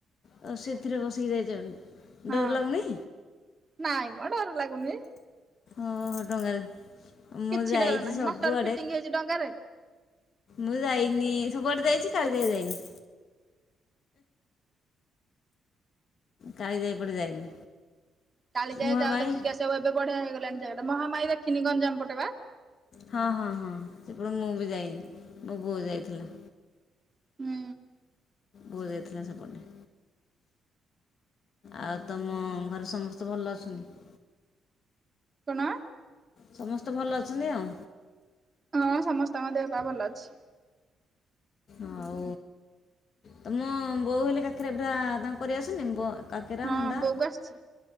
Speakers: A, on the left (about 55°); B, on the right (about 25°).
A: ଆଉ ସେଥିରେ ବସିକି ଯାଇ
B: ହଁ
A: ଡର ଲାଗୁନି?
B: ନାଇଁ। ମ ଡର ଲାଗୁନି।
A: ଅ ହ ଡଙ୍ଗାରେ। ମୁଁ
B: କିଛି
A: ଯାଇଚି
B: ଡର ନାହିଁ
A: ସବୁଆଡେ
B: ମଟର ଫିଟିଙ୍ଗ ହେଇଛି ଡଙ୍ଗାରେ।
A: ମୁଁ ଯାଇନି ସବୁଆଡେ ଯାଇଚି କାଳୀଯଜାଇ ଯାଇନି। କାଳିଜାଇ ପଟେ ଯାଇନି।
B: କାଲି ଯାଇ
A: ମହାମାଇ
B: ଯାଅ ଦେଖିକି ଆସିବ ଏବେ ବଢିଆ ହେଇଗଲାଣି ଜାଗାଟା ମହାମାୟୀ ଦେଖିନି ଗଞ୍ଜାମ ପଟେ ବା?
A: ହଁ ହଁ ହଁ ସେପଟୁ ମୁଁ ବି ଯାଇନି ମୋ ବୋଉ ଯାଇଥିଲା।
B: ହୁଁ।
A: ବୋଉ ଯାଇଥିଲା ସେପଟେ। ଆଉ ତମ ଘରେ ସମସ୍ତେ ଭଲ ଅଛନ୍ତି।
B: କଣ
A: ସମସ୍ତେ ଭଲ ଅଛନ୍ତି ଆଉ।
B: ହଁ ସମସ୍ତଙ୍କ ଦେହପା ଭଲ ଅଛି।
A: ଆଉ ତମ ବୋଉ ହେଲେ କାକାରା ପିଠା ତାଙ୍କୁ କରି ଆସେନି? ବ କାକେରା
B: ହଁ
A: ମଣ୍ଡା
B: ବୋଉ କୁ ଆସିଛି